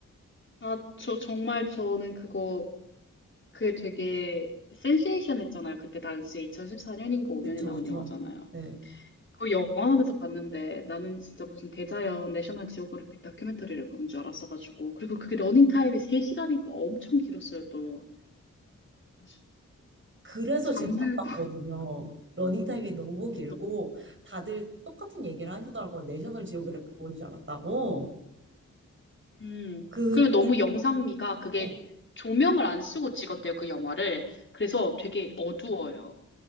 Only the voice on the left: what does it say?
아, 저, 정말 저는 그거 그게 되게 센세이션했잖아요. 그때 당시에 2014년인가 5년에
나온
영화잖아요.
그 영화관에서 봤는데 나는 진짜 무슨 대자연 내셔널 지오그래픽 다큐멘터리를 보는 줄 알았어가지고 그리고 그게 러닝타임이 3시간이니까 엄청 길었어요 또 아
잠들고
<laughs> 너무
음
그리고 너무 영상미가 그게
조명을 안 쓰고 찍었대요 그 영화를 그래서 되게 어두워요